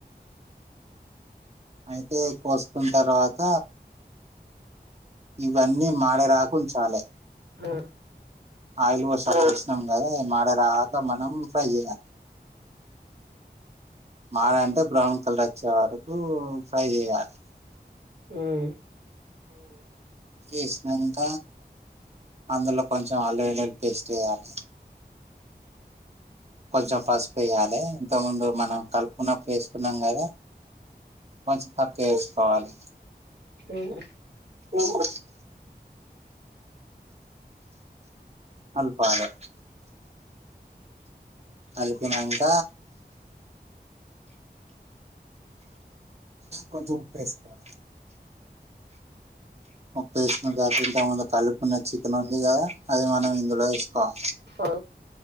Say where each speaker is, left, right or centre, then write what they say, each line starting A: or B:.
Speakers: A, on the right; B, on the right.
A: అయితే కోసుకున్న తర్వాత ఇవన్నీ మాడే రాకుం చాలే
B: ఉమ్
A: ఆయిల్ పోసినాక తీసినాం కదా మాడే రాగాక మనం ఫ్రై చేయాలి మాడె అంటే బ్రౌన్ కలర్ వచ్చే వరకు ఫ్రై చేయాలి
B: ఉమ్
A: చేసినాంక అందులో కొంచం అల్లు ఎల్లులు పేస్ట్ వేయాలి కొంచం పసుపు వెయాలె ఇంత ముందు మనం కలుపుకున్నప్పు వేసుకున్నాం కదా కొంచెం తక్కువ వేసుకోవాలి
B: ఉమ్
A: ఊహు కల్పాలె కల్పిి నాంక కొంచం ఉప్పేసుకోవాలె ఒకేసుకుక ఇ ముందు కలిపున్న చికెన్ ఉంది కదా అది మనం ఇందులో వేసుకోవాలి
B: ఓ